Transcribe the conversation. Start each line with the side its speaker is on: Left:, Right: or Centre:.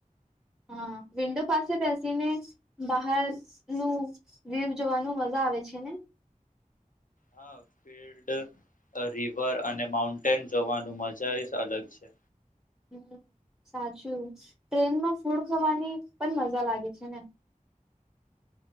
Centre: હા વિન્ડો પાસે બેસી ને બહાર નું વ્યવ જોવાનું મજા આવે છે ને
Left: હા ફિલ્ડ રિવર અને માઉન્ટેન જવાનું મજા એ અલગ છે.
Centre: હમ સાચું ટ્રેનમાં ફૂડ ખાવાની પણ મજા લાગે છે ને